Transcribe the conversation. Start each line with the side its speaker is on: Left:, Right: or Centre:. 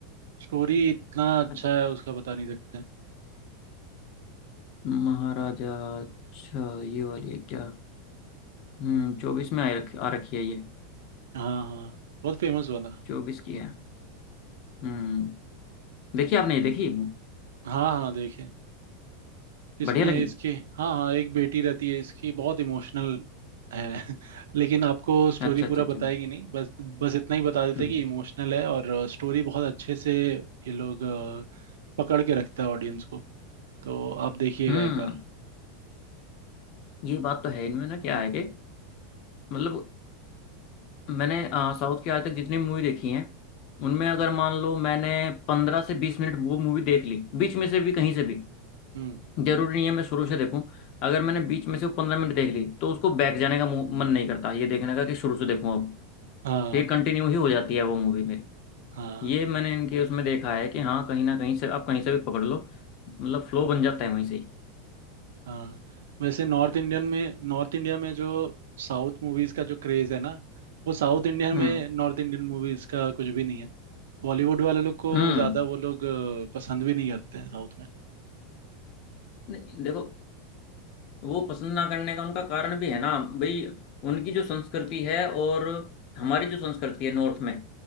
Right: स्टोरी इतना अच्छा
Left: अ-
Right: है उसका बता नहीं सकते
Left: महाराजा अच्छा ये वाली है क्या हम्म
Right: हम्म
Left: चौबीस में आ रख आ रखी है ये
Right: हाँ हाँ बहुत फेमस हुआ था
Left: चौबीस की है हम्म देखी आपने ये देखी
Right: हाँ हाँ देखिए इसमें
Left: बढ़िया लगी
Right: इसकी हाँ हाँ एक बेटी रहती है इसकी बहुत इमोशनल है <laughs> लेकिन आपको स्टोरी
Left: अच्छा
Right: पूरा
Left: अच्छा अच्छा
Right: बताएगी नहीं बस बस इतना ही बता देते
Left: हम्म
Right: हैं कि इमोशनल है और स्टोरी बहुत अच्छे से ये लोग अ, पकड़ के रखता है ऑडियंस को तो आप देखिएगा
Left: हम्म
Right: एक बार
Left: ये बात तो है इनमें ना क्या है कि मतलब मैंने साउथ की आज तक जितनी मूवी देखी हैं उनमें अगर
Right: हम्म
Left: मान लो मैंने पंद्रह से बीस मिनट वो मूवी देख ली बीच में से भी कहीं से भी
Right: हम्म,
Left: जरूरी नहीं है मैं शुरू से देखूं अगर मैंने बीच में से वो पंद्रह मिनट देख ली तो उसको बैक जाने का मु- मन नहीं करता ये देखने का कि शुरू से देखूं अब
Right: हाँ
Left: तो ये कंटिन्यू ही हो जाती है वो मूवी मेरी
Right: हाँ
Left: ये मैंने इनके उसमें देखा है कि हाँ कहीं ना कहीं से आप कहीं से भी पकड़ लो मतलब फ्लो बन जाता है वहीं से ही
Right: हाँ वैसे नॉर्थ इंडियन में नॉर्थ इंडिया में जो साउथ मूवीज का जो क्रेज है ना वो साउथ इंडिया
Left: हम्म
Right: में नॉर्थ इंडियन मूवीज का कुछ भी नहीं है बॉलीवुड वाले लोग को
Left: हम्म
Right: ज्यादा वो लोग अ, पसंद भी नहीं करते हैं साउथ में
Left: नहीं, देखो वो पसंद ना करने का उनका कारण भी है ना भाई उनकी जो संस्कृति है और हमारी जो संस्कृति है नॉर्थ में